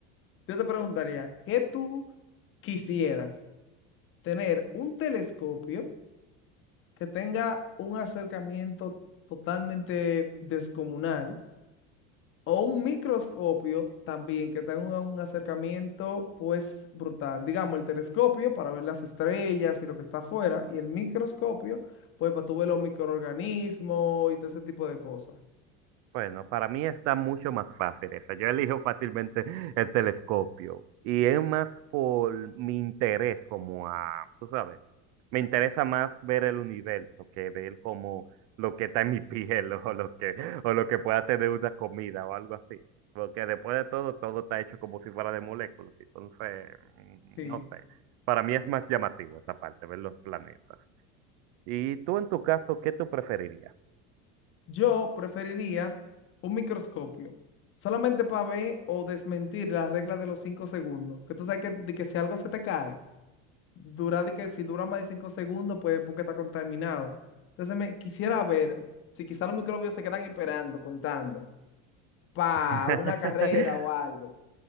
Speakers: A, on the left (about 45°); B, on the right (about 55°).
A: yo te preguntaría, ¿qué tú quisieras? ¿Tener un telescopio que tenga un acercamiento totalmente descomunal? O un microscopio también que tenga un, un acercamiento pues brutal. Digamos, el telescopio para ver las estrellas y lo que está afuera, y el microscopio pues para tú ver los microorganismos y todo ese tipo de cosas.
B: Bueno, para mí está mucho más fácil esa. Yo elijo fácilmente <laughs> el telescopio y es más por mi interés como a, tú sabes, me interesa más ver el universo que ver como lo que está en mi <laughs> piel o lo que, o lo que pueda tener una comida o algo así. Porque después de todo, todo está hecho como si fuera de moléculas. Entonces, mm,
A: Sí.
B: no sé. Para mí es más llamativo esa parte, ver los planetas. Y tú en tu caso, ¿qué tú preferirías?
A: Yo preferiría un microscopio solamente para ver o desmentir las reglas de los cinco segundos. Que tú sabes que, de que si algo se te cae, dura de que si dura más de 5 segundos, pues porque está contaminado. Entonces me quisiera ver si quizás los microbios se quedan esperando, contando, para
B: <laughs>
A: una carrera o algo.